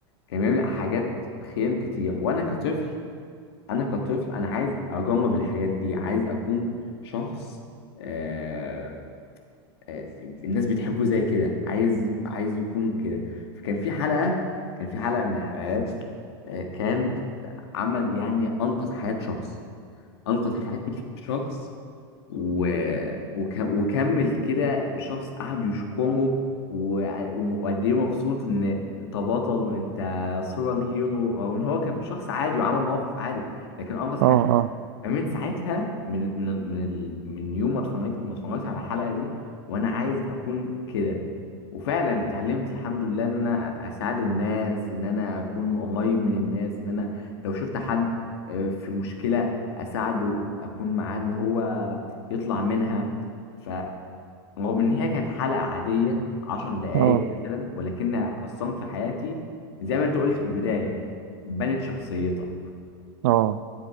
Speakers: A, on the left; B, on the right.
A: كان بيعمل حاجات خيام كتير وانا كطفل انا كطفل انا عايز اجرب الحاجات دي عايز اكون شخص آه، آه، الناس بتحبه زي كده عايز عايز يكون كده فكان في حلقة كان في حلقة من الحلقات آه، كان عمل يعني أنقذ حياة شخص أنقذ حياة شخص و... وك... وكمل كده شخص قعد يشكره وع- وقد ايه مبسوط ان انت بطل انت سوبر هيرو رغم ان هو كان شخص عادي وعمل موقف عادي لكن انقذ
B: اه
A: حياة
B: اه
A: فمن ساعتها من من من ال... من يوم ما اتفرجت ما اتفرجت على الحلقه دي وانا عايز اكون كده وفعلا اتعلمت الحمد لله ان انا اساعد الناس ان انا اكون قريب من الناس ان انا لو شفت حد آه، في مشكله اساعده اكون معاه ان هو يطلع منها فرغم ان هي كانت حلقه عاديه عشر دقايق
B: اه
A: مثلا ولكنها اثرت في حياتي زي ما انت قلت في البدايه بنت شخصيتك
B: اه